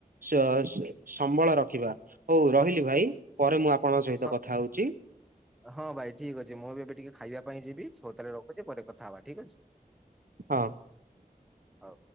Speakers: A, on the right; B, in the centre.
A: ସ-ସମ୍ବଳ ରଖିବା ହଉ ରହିଲି ଭାଇ ପରେ ମୁଁ ଆପଣଙ୍କ ସହିତ
B: ହଁ
A: କଥା ହଉଛି।
B: ହଁ ଭାଇ ଠିକ ଅଛି ମୁଁ ବି ଏବେ ଟିକେ ଖାଇବା ପାଇଁ ଯିବି ହଉ ତାହେଲେ ରଖୁଛି ପରେ କଥା ହବା ଠିକ୍ ଅଛି।
A: ହଁ।
B: ହଉ।